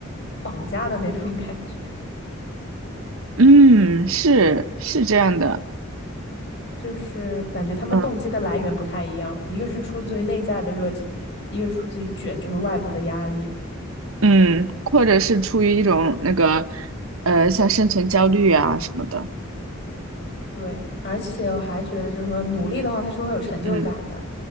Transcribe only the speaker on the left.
绑架的那种 <laughs> 感觉，
就是感觉他们动机的来源不太一样，
一个是出自于内在的热情，一个出自于卷，就是外部的压力。
对，而且我还觉得，就是说努力的话，它是会有成就感的，